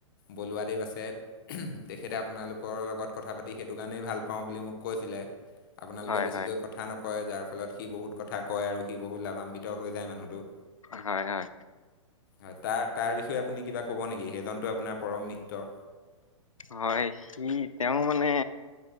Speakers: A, on the left; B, on the left.
A: বলুৱাদেৱ আছে। তেখেতে আপোনালোকৰ লগত কথা-পাতি সেইটো কাৰণেই ভালপাওঁ বুলি মোক কৈছিলে। আপোনালোকে
B: হয়
A: বেছিকৈ কথা নকয়, যাৰ ফলত সি বহুত কথা কয়, আৰু সি বহুত লাভান্বিত হৈ যায় মানুহটো।
B: হয়, হয়।
A: হয়, তাৰ, তাৰ বিষয়ে আপুনি কিবা ক'ব নেকি? সেইজনতটো আপোনাৰ পৰমমিত্ৰ।
B: হয়, সি তেওঁ মানে